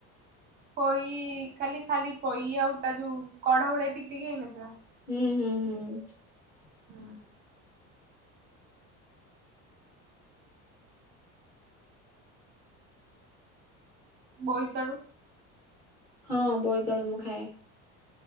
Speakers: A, on the right; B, on the left.
A: ପୋଇ ଖାଲି ଖାଲି ପୋଇ ଆଉ ତା ଯୋଉ କଢ ଭଳିଆ ଟିକ ଟିକ ହେଇନଥା
B: ହୁଁ ହୁଁ ହୁଁ <inaudible>
A: ହୁଁ। ବୋଇତ ଆଳୁ।
B: ହଁ ବୋଇତ ଆଳୁ ମୁଁ ଖାଏ।